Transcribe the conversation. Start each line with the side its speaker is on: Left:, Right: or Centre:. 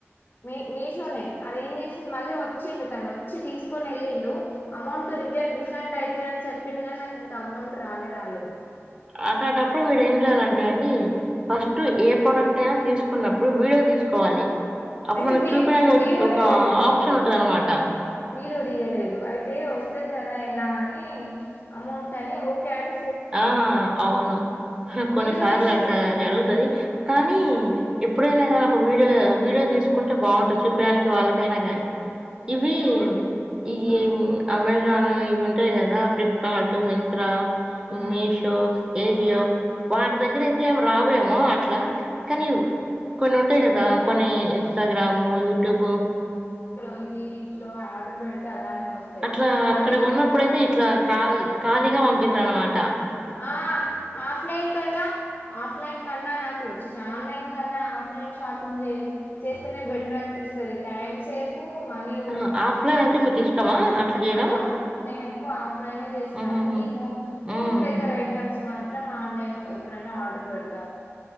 Left: మీ మీషోనే అదేం చేసింది మళ్ళీ వచ్చిండు తను వచ్చి తీసుకొనెళ్ళిండు అమౌంట్ రిటర్న్ రిఫండ్ అయితదని చెప్పిండు కానీ నాకు ఇంకా అమౌంట్ రానే రాలె రానే రాలేదు
Right: అట్టంటప్పుడు మీరు ఏం జెయ్యాల అండి ఫస్ట్
Left: ఉమ్.
Right: ఏ ప్రోడక్ట్ అయినా తీసు కున్నప్పుడు వీడియో తీసు కోవాలి అప్పుడు
Left: అయితే
Right: మనం
Left: వీ
Right: చూపిడానికి
Left: వీడియో
Right: ఒక
Left: తీయలేదు
Right: ఆప్షన్
Left: అప్పుడు
Right: ఉంటదనమాట
Left: వీడియో తీయలేదు అయితే వస్తుంది కదా ఎలా అని అమౌంట్ అని ఓకే అన్
Right: ఆ అవును కొన్నిసార్లు
Left: వీడియో తీసి
Right: అట్లా
Left: పె
Right: జరుగుతది కానీ ఎప్పుడైనా గానీ ఒక వీడియో వీడియో తీసుకుంటే బాగుంటది చూపిడానికి వాళ్ళకైనా గానీ ఇవి
Left: వీడియో
Right: ఈ
Left: ఉమ్,
Right: అమెజాన్ ఇవున్ ఉంటాయ్ గదా ఫ్లిప్కార్ట్ మింత్రా
Left: ఉమ్,
Right: మీషో ఏజియో
Left: ఉమ్,
Right: వాటి దగ్గర అయితే ఏమి రావేమో అట్లా కానీ
Left: ఉమ్.
Right: కొన్ని ఉం <unintelligible> రా కొని ఇన్స్టాగ్రామ్ యూట్యూబ్
Left: కొన్నింట్లో ఆర్డర్ పెడితే అలానే వస్తాయి
Right: అట్లా
Left: కానీ
Right: అక్కడ కొన్నప్పుడు అయితే ఇట్లా కావలి ఖాళీగా పంపిస్సా అనమాట
Left: ఆ ఆఫ్లైన్ కన్నా ఆఫ్లైన్ కన్నా నాకు చీ <unintelligible> ఆన్లైన్ కన్నా ఆప్లైన్ షాపింగ్ చేస్తేనే బెటర్ అనిపిస్తది టైమ్ సేవ్ వు మనీ కూడ
Right: ఆహా! ఆఫ్‌లైన్
Left: ఇప్పుడు
Right: అంటే మీకిష్టమా అట్లా జేయడం?
Left: నాక నేను ఎక్కువ ఆఫ్లైన్ చేస్తాను
Right: హుహుహు.
Left: <unintelligible>
Right: హ్మ్.
Left: ఉ డెకర్ ఐటమ్స్ మాత్రం ఆన్లైన్ <unintelligible> ఎప్పుడైనా ఆర్డర్ పెడు